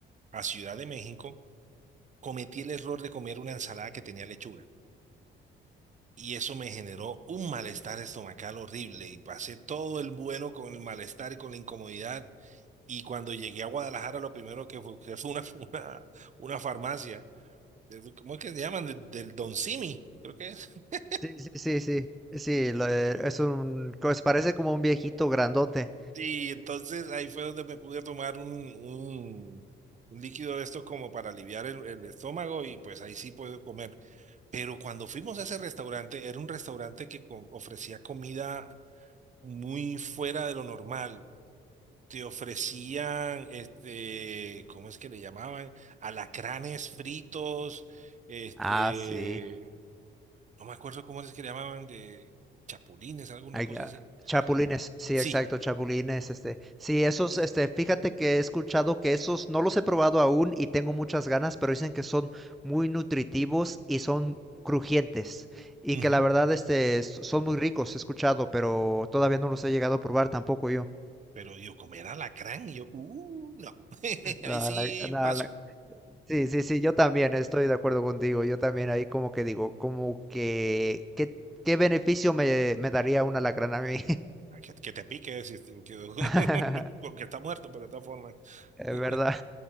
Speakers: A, on the right; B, in the centre.
A: a Ciudad de México, cometí el error de comer una ensalada que tenía lechuga. Y eso me generó un malestar estomacal horrible y pasé todo el vuelo con el malestar y con la incomodidad Y cuando llegué a Guadalajara, lo primero que fue que fue una, <laughs> una, una farmacia. de- ¿Cómo es que se llaman? Del, del Don Simi, creo que es. <laughs>
B: Sí, sí, sí, sí. Sí, lo de- es un, pues parece como un viejito grandote.
A: Y entonces ahí fue donde me pude tomar un, un, un líquido de estos como para aliviar el, el estómago y pues ahí sí puedo comer. Pero cuando fuimos a ese restaurante, era un restaurante que co- ofrecía comida muy fuera de lo normal. te ofrecían, este, ¿cómo es que le llamaban? Alacranes fritos, este,
B: Ah, sí.
A: no me acuerdo cómo es que le llamaban, de chapulines, alguna
B: Ay,
A: cosa
B: ah,
A: así.
B: Chapulines, sí,
A: Sí,
B: exacto, chapulines, este, sí, esos,
A: y,
B: este, fíjate que he escuchado que esos no los he probado aún y tengo muchas ganas, pero dicen que son muy nutritivos y son crujientes y
A: ujú,
B: que la verdad, este, s- son muy ricos, he escuchado, pero todavía no los he llegado a probar tampoco yo.
A: Pero yo comer alacrán, y yo, uh, no, <laughs>
B: No,
A: ahí sí
B: la- no,
A: paso.
B: la- sí, sí, sí, yo también estoy de acuerdo contigo, yo también ahí como que digo, como que, ¿qué, qué beneficio me, me daría una lacrana a mí?
A: Ah, Que, que te pique, si este- que- <laughs>
B: <laughs>
A: porque está muerto, pero de todas formas. <laughs>
B: Es verdad.